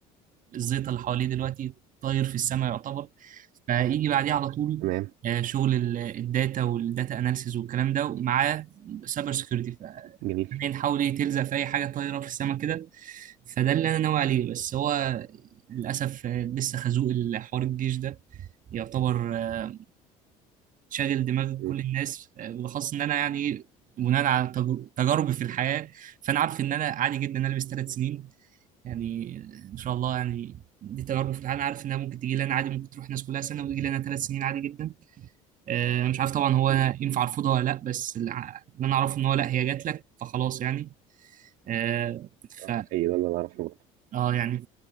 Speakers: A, on the right; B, on the right.
A: والزيطه اللي حواليه دلوقتي طاير في السماء يعتبر فيجي بعديه على طول
B: تمام
A: آه، شغل ال- الداتا والداتا اناليسيز والكلام ده ومعاه سايبر سكيورتي
B: جميل
A: فالحين حاول ايه تلزق في اي حاجه طايره في السماء كده فده اللي انا ناوي عليه بس هو للاسف آه، لسه خازوق الحوار الجيش ده يعتبر آه، شاغل دماغ
B: م-
A: كل الناس آه، بالاخص ان انا يعني بناء على تجر- تجاربي في الحياه فانا عارف ان انا عادي جدا ان انا البس ثلاث سنين يعني ان شاء الله يعني دي تجاربي في الحياه انا عارف انها ممكن تيجي لي انا عادي ممكن تروح الناس كلها سنه وتيجي لي انا ثلاث سنين عادي جدا آه، انا مش عارف طبعا هو
B: م.
A: أنا ينفع ارفضها ولا لا بس اللي ع- اللي انا اعرفه ان هو لا هي جات لك فخلاص يعني آه،
B: اه
A: ف
B: ده حقيقي ده اللي انا اعرفه برضه.
A: اه يعني